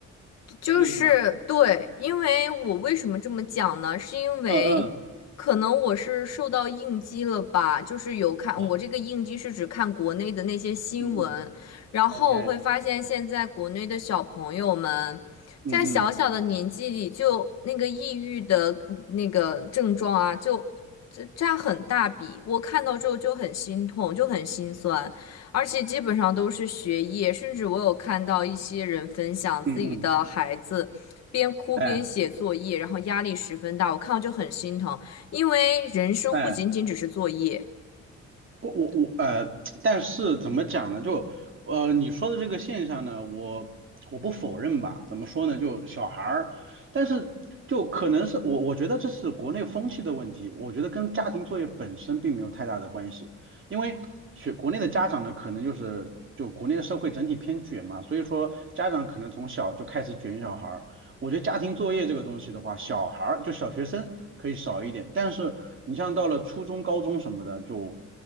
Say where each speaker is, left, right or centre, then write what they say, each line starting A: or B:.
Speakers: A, on the left (about 55°); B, on the right (about 40°).
A: 就是对，
B: 是这意思吗？
A: 因为我为什么这么讲呢？是因为可能我是受到应激了吧，
B: 嗯嗯，
A: 就是有看我这个应激是指看国内的那些新闻，
B: 哦，嗯嗯
A: 然后我会发现现在国内的小朋友们在小小的年纪里就那个抑郁的那个症状啊，
B: ，OK，嗯嗯
A: 就这占很大比，我看到之后就很心痛，就很心酸。而且基本上都是学业，甚至我有看到一些人分享自己的孩子边哭边写作业，
B: 嗯嗯，哎
A: 然后压力十分大，我看到就很心疼，因为人生不仅仅只是作业。
B: 哎，不，我我呃，但是怎么讲呢？就呃，你说的这个现象呢，我我不否认吧？怎么说呢？就小孩儿，但是就可能是我我觉得这是国内风气的问题，我觉得跟家庭作业本身并没有太大的关系，因为学国内的家长呢，可能就是就国内的社会整体偏卷嘛，所以说家长可能从小就开始卷小孩儿。我觉得家庭作业这个东西的话，小孩儿就小学生可以少一点，但是你像到了初中、高中什么的，就